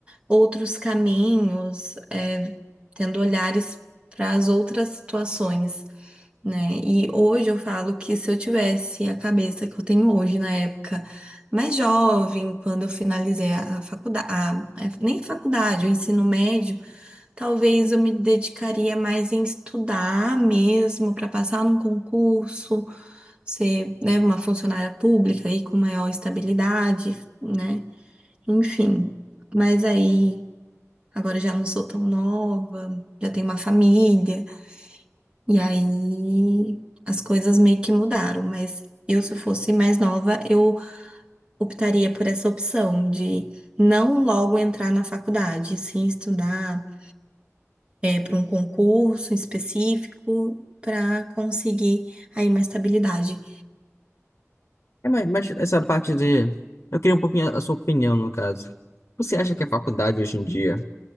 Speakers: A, on the right; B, on the left.
A: outros caminhos, é, tendo olhares para as outras situações. né? E hoje eu falo que se eu tivesse a cabeça que eu tenho hoje, na época mais jovem, quando eu finalizei a faculdade, nem faculdade, o ensino médio, talvez eu me dedicaria mais em estudar mesmo para passar num concurso, ser, né, uma funcionária pública aí com maior estabilidade, né? Enfim. Mas aí, agora eu já não sou tão nova, já tenho uma família. E aí as coisas meio que mudaram, mas eu, se eu fosse mais nova, eu optaria por essa opção de não logo entrar na faculdade, sim estudar para um concurso específico para conseguir aí uma estabilidade.
B: É, mas, mas essa parte de... Eu queria um pouquinho a a sua opinião, no caso. Você acha que a faculdade hoje em dia